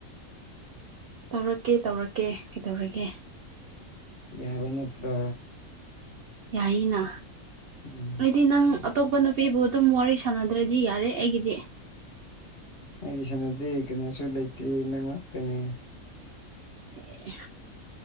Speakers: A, on the right; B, on the left.
A: ꯇꯧꯔꯛꯀꯦ ꯇꯧꯔꯛꯀꯦ ꯀꯩꯗꯧꯔꯒꯦ
B: ꯌꯥꯕꯅꯠꯇ
A: ꯌꯥꯏꯅ
B: ꯎꯝ
A: ꯍꯥꯏꯗꯤ ꯅꯪ
B: ꯁꯤ
A: ꯑꯇꯣꯞꯄꯅ ꯅꯨꯄꯤꯕꯨ ꯑꯗꯨꯝ ꯋꯥꯔꯤ ꯁꯥꯟꯅꯗ꯭ꯔꯗꯤ ꯌꯥꯔꯦ ꯑꯩꯒꯤꯗꯤ
B: ꯑꯩꯗꯤ ꯁꯥꯟꯅꯗꯦ ꯀꯩꯅꯣꯁꯨ ꯂꯩꯇꯦ ꯅꯪ ꯉꯥꯛꯇꯅꯤ
A: ꯑꯦ